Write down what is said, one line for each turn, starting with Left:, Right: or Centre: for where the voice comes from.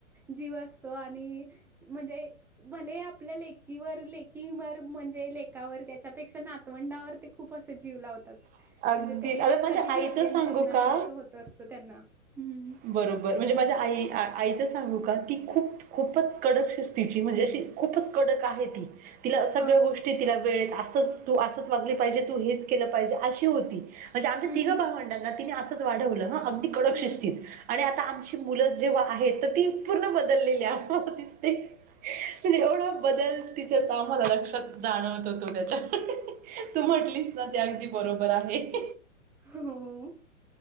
Centre: जीव असतो आणि म्हणजे भले आपल्या लेकीवर ले किं मर म्हणजे लेखवर त्याच्यापेक्षा नातवंडावर ते खूप असे जीव लावतात
Right: अगदी
Centre: म्हणजे ते
Right: आता माझ्या
Centre: कधी भेटेन
Right: आईचं सांगू
Centre: त्यांना
Right: का
Centre: असं होत असतं त्यांना हं.
Right: बरोबर म्हणजे माझ्या आई आ आईचं सांगू का ती खूप खूपच कडक शिस्तीिची म्हणजे अशी खूपच कडक आहे ती तिला सगळ्या
Centre: हां,
Right: गोष्टी
Centre: हां.
Right: तिला वेळेत असंच तू असंच वागली पाहिजे तू हेच केलं पाहिजे अशी होती म्हणजे आमच्या
Centre: हं,
Right: तिघं
Centre: हं,
Right: भावंडांना
Centre: हं.
Right: तिनें असंच वाढवलं हं अगदी कडक
Centre: हं,
Right: शिस्तीत
Centre: हं, हं.
Right: आणि आता आमची मुलंच जेव्हा आहेत तर ती पूर्ण बदललेली आ तिसते णे एवढा बदल तिच तर आम्हाला लक्षात जाणवत होतो त्याच्याक तू म्हटलीस ना ते अगदी बरोबर आहे
Centre: हो